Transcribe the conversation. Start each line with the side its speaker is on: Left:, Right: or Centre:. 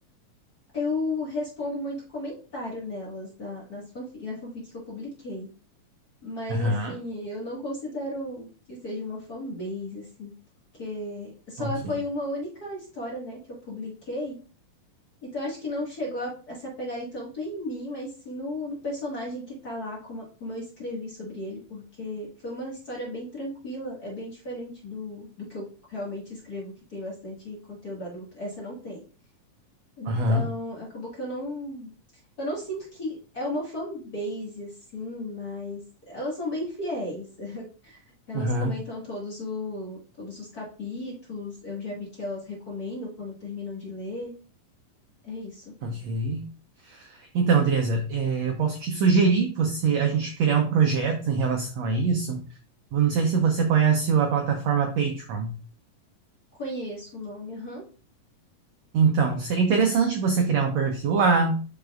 Left: Eu respondo muito comentário nelas, na, nas fanfic, na fanfic que eu publiquei. Mas,
Right: Aham,
Left: assim, eu não considero que seja uma fanbase, assim, porque só
Right: ok.
Left: foi uma única história, né, que eu publiquei. Então acho que não chegou a, a se apegarem tanto em mim, mas sim no, no personagem que tá lá, como, como eu escrevi sobre ele, porque foi uma história bem tranquila, é bem diferente do, do que eu realmente escrevo, que tem bastante conteúdo adulto. Essa não tem. Então
Right: Aham,
Left: acabou que eu não. Eu não sinto que é uma fanbase, assim, mas elas são bem fiéis. <laughs> Elas
Right: aham,
Left: comentam todos, o, todos os capítulos, eu já vi que elas recomendam quando terminam de ler. É isso.
Right: ok. Então, Andresa, eh, eu posso te sugerir você, a gente criar um projeto em relação a isso. Eu Não sei se você conhece a plataforma Patreon.
Left: Conheço o nome, aham.
Right: Então, seria interessante você criar um perfil lá